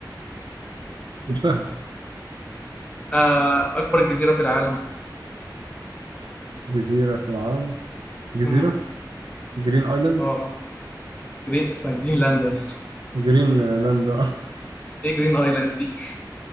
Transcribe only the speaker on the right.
الفهد
جزيرة في العالم جزيرة
جرين آيلاند
جرين لاند <laughs>